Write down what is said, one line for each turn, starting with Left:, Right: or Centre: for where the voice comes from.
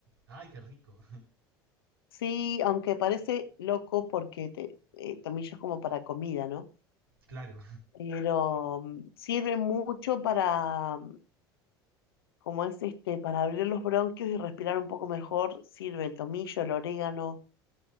Right: Ay, qué rico.
Left: Sí, aunque parece loco porque te, eh, tomillo es como para comida, ¿no?
Right: <laughs> Claro.
Left: Pero mm, sirve mucho para, mm, como es este, para abrir los bronquios y respirar un poco mejor, sirve el tomillo, el orégano,